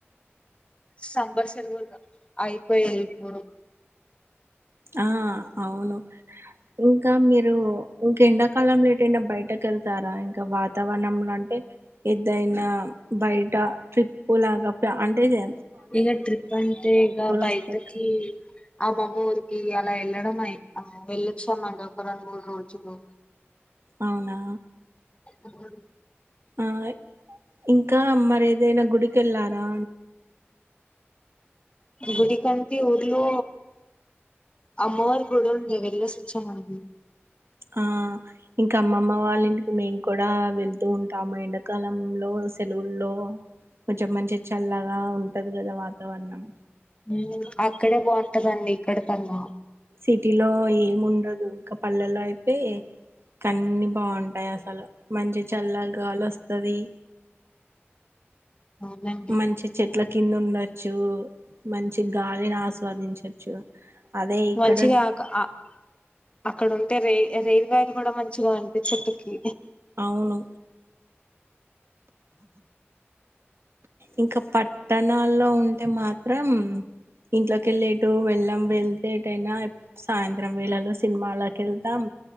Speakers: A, on the left; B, on the right.
A: సంబర్ సెలవులు అయిపోయాయి ఇప్పుడు
B: ఆ అవును ఇంకా మీరు ఇంకెండాకాలం లేటైనా బయట ళ్తారా ఇంకా వాతావరణంలోంటే ఎదయినా బయట ట్రిప్పు లాగా తప్ప అంటే చే
A: ఇగ ట్రిప్ అంటే ఇక బయటకి
B: వస్తాయి
A: ఆమామ్మ ఊర్కి అలా వెళ్ళడం అయి ఆ వెళ్ళొచ్చామండి ఒక రెండు మూడు రోజులు
B: అవునా
A: అవును
B: ఆ ఇంకా మరి ఏదైనా గుడికి వెళ్ళారా
A: గుడికంటే ఊర్లు అమ్మవారి గుడి ఉంది వెళ్లేసొచ్చామండి
B: ఆ ఇంకా అమ్మమ్మ వాళ్ళ ఇంటికి మేము కూడా వెళ్తూ ఉంటాము ఎండాకాలంలో సెలవుల్లో కొంచెం మంచిగా చల్లగా ఉంటది కదా వాతావరణం
A: ఉమ్ అక్కడే బాగుంటదండి ఇక్కడ కన్నా
B: సిటీలో ఏమి ఉండదు ఇంకా పల్లెల్లో అయితే కన్ని బాగుంటాయి అసలు మంచి చల్లగా గాలి వస్తది
A: అవునండి
B: మంచి చెట్ల కింద ఉండొచ్చు మంచి గాలిని ఆస్వాదించచ్చు అదే ఇక్కడ
A: మంచిగా అ అక్కడ ఉ అంటే రై రైల్ వ్యాలు కూడా మంచిగా ఉంటడి చెట్టుకి
B: అవును ఇంకా పట్టణాల్లో ఉంటే మాత్రం ఇంట్లోకెళ్ళి ఎటు వెళ్ళాం వెళ్తేటైనా సాయంత్రం వేళలో సినిమాలకి వెళ్తాం